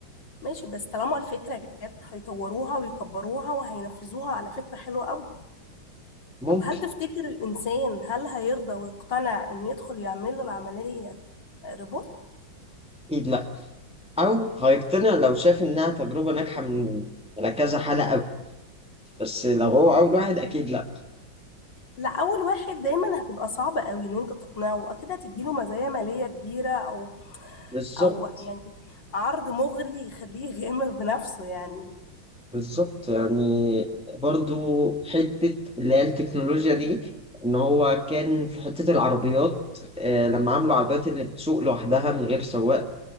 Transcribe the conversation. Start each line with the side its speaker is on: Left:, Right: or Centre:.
Left: ماشي بس طالما الفكره جت هيطوروها ويكبروها وهينفذوها على فكره حلوه قوي
Centre: ممكن
Left: طب هل تفتكر الإنسان هل هيرضى ويقتنع إن يدخل يعمل له العملية روبوت؟
Centre: أكيد لأ أو هيقتنع لو شاف إنها تجربة ناجحة من على كذا حالة أوي بس لو هو
Left: مظبوط
Centre: أول واحد أكيد لأ
Left: لا أول واحد دايما هتبقى صعبة قوي إن أنت تقنعه أكيد هتديله مزايا مالية كبيرة أو
Centre: بالظبط
Left: أو يعني عرض مغري يخليه يغامر بنفسه يعني
Centre: بالظبط يعني برضو حتة اللي هي التكنولوجيا دي إن هو كان في حتة العربيات آه، لما عملوا عربيات اللي بتسوق لوحدها من غير سواق